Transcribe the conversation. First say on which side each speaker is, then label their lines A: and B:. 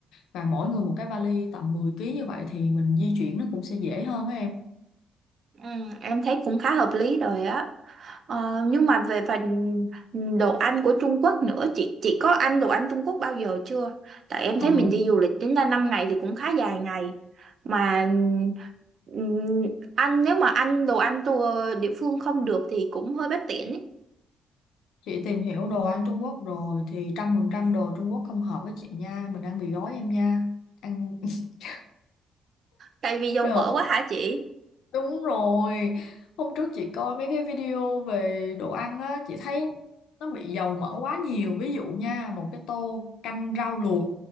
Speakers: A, on the left (about 80°); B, on the right (about 55°).
A: và mỗi người một cái vali tầm mười ký như vậy thì mình di chuyển nó cũng sẽ dễ hơn á em
B: Ừ, em thấy cũng khá hợp lý rồi á ờ, nhưng mà về phần đồ ăn của Trung Quốc nữa chị chị có ăn đồ ăn Trung Quốc bao giờ chưa tại em
A: ờ,
B: thấy mình đi du lịch tính ra 5 ngày thì cũng khá dài ngày mà ừm, ăn nếu mà ăn đồ ăn tour địa phương không được thì cũng hơi bất tiện ấy.
A: chị tìm hiểu đồ ăn Trung Quốc rồi thì trăm phần trăm đồ Trung Quốc không hợp với chị nha mình ăn mì gói em nha ăn <laughs>
B: tại vì dầu
A: trời
B: mỡ quá hả chị
A: Đúng rồi, hôm trước chị coi mấy cái video về đồ ăn á, chị thấy nó bị dầu mỡ quá nhiều. Ví dụ nha, một cái tô canh rau luộc,